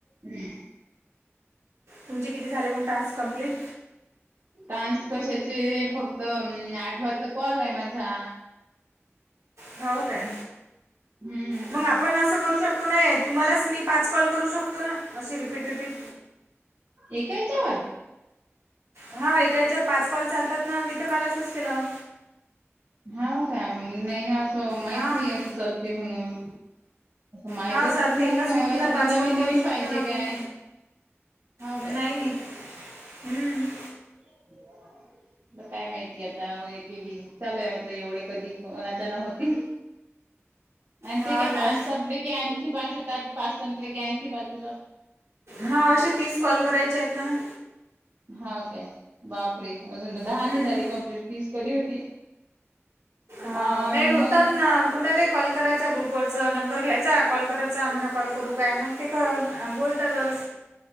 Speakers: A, on the right; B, on the right.
A: हम्म.
B: तुमचे किती झाले मग टास्क कंप्लीट?
A: टान्स कशाचे फक्त न आठ वाजता कॉल आहे माझा.
B: हाव काय
A: हम्म
B: मंग आपण असं करू शक तो नाही आहे तुम्हालाच मी पाच कॉल करू शकतो ना अशी रिपीट-रिपीट.
A: एका याच्यावर
B: हा एका याच्यावर पाच कॉल चालतात ना मी तर काल असच केलं.
A: हाव काय म नाही ना असं माहीत
B: हां
A: नाही असं चालते म्हणून. माहिती
B: हा
A: असतं
B: चालते
A: तर मंग
B: एकाच व्यक्तीला
A: मला सगळं
B: पाच
A: नवीन
B: कॉल
A: नवीन
B: करू शकतो
A: पाहिजे
B: ना आपण
A: काय. हाव
B: नाही
A: काय
B: नाही हम्म.
A: ह. द काय माहितीय आता एक एक एक चालूय म्हटलं एवढे कधी कोणाच्यान होतील. आणि
B: हा
A: ते काय
B: ना
A: पाच संपले की आणखी पाच येतात पाच संपले की आणखी पाच येतात.
B: हा अशे तीच कॉल करायचे आहेत ना म.
A: हाव काय बाप रे अजून तर दहानी
B: हम्म.
A: झाली कंप्लीट तीस कधी होती.
B: हाव
A: अन
B: नाही होतात
A: मग
B: ना. कुणालाही कॉल करायचा ग्रुपवरचं नंबर घ्यायचा कॉल करायचा म्हण कॉल करू काय मंग ते क अ बोलतातस.